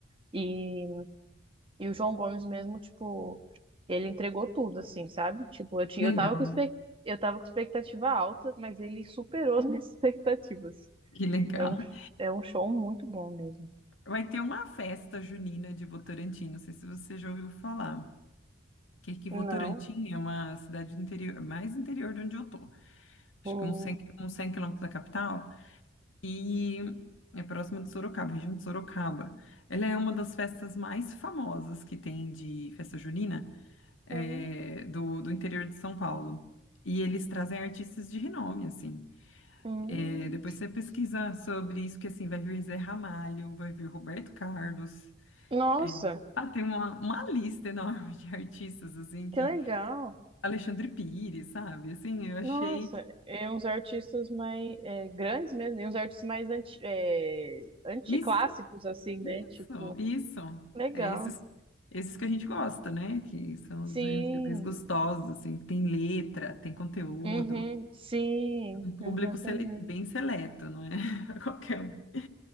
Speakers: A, on the right; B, on the left.
A: E E o João Gomes mesmo, tipo, ele entregou tudo, assim, sabe? Tipo, eu, tinha,
B: Legal.
A: eu tava com expec- eu tava com expectativa alta, mas ele superou as minhas <laughs> expectativas.
B: Que legal.
A: É um, é um show muito bom mesmo.
B: Vai ter uma festa junina de Votorantim. Não sei se você já ouviu falar. Que, que Votorantim
A: Não.
B: é uma cidade do interior, mais interior de onde eu tô. Acho
A: Hum.
B: que uns 100, qui- uns 100 quilômetros da capital. e é próxima de Sorocaba, região de Sorocaba. Ela é uma das festas mais famosas que tem de festa junina eh,
A: Ah,
B: do, do interior de São Paulo. E eles trazem artistas de renome, assim.
A: hum.
B: Eh, depois você pesquisa sobre isso, que assim, vai vir Zé Ramalho, vai vir Roberto Carlos.
A: Nossa,
B: eh, ah, tem uma, uma lista enorme de artistas, assim, que...
A: que legal.
B: Alexandre Pires, sabe? Assim, eu achei...
A: Nossa, e uns artistas mais é, grandes mesmo, e uns artistas mais anti, é, anticlássicos,
B: Isso
A: assim, né?
B: Isso,
A: Tipo,
B: isso.
A: legal.
B: É esses, esses que a gente gosta, né? Que são
A: Sim,
B: os MVPs gostosos, assim, que tem letra, tem conteúdo,
A: uhum, sim,
B: um público
A: exatamente.
B: sele- bem seleto, não é? <laughs> Qualquer um.